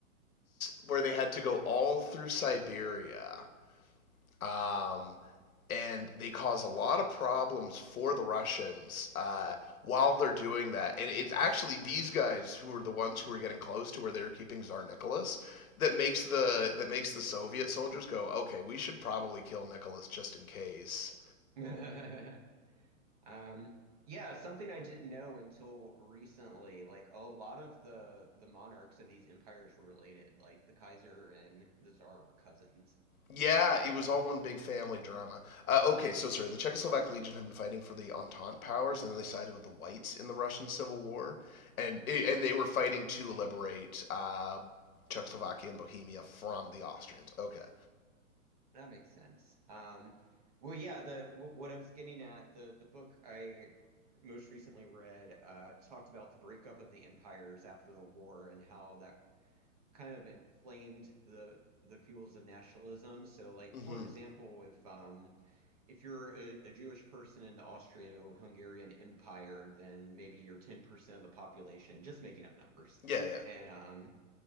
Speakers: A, on the left (about 80°); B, on the right (about 25°).
A: where they had to go all through Siberia. Um, and they cause a lot of problems for the Russians uh, while they're doing that. And it's actually these guys who are the ones who are getting close to where they were keeping Tsar Nicholas that makes the that makes the Soviet soldiers go, okay, we should probably kill Nicholas just in case.
B: <laughs> Um, yeah, something I didn't know until recently. Like a lot of the the monarchs of these empires were related. Like the Kaiser and the Tsar were cousins.
A: Yeah, it was all one big family drama. Uh, okay, so sorry. The Czechoslovak Legion had been fighting for the Entente powers, and then they sided with the Whites in the Russian Civil War, and and they were fighting to liberate uh, Czechoslovakia and Bohemia from the Austrians. Okay.
B: That makes sense. Um, well, yeah, the w what I was getting at, the the book I most recently read uh, talked about the breakup of the empires after the war and how that kind of inflamed the the fuels of nationalism. So, like
A: Mm-hmm.
B: for example, if um, if you're a, a Jewish person in the Austro-Hungarian Empire, then maybe you're 10% of the population, just making up numbers.
A: Yeah, yeah.
B: And um,